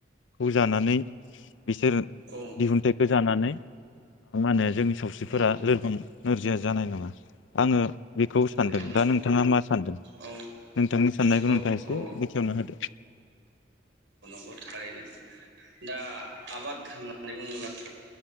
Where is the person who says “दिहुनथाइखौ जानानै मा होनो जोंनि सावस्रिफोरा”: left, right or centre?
Left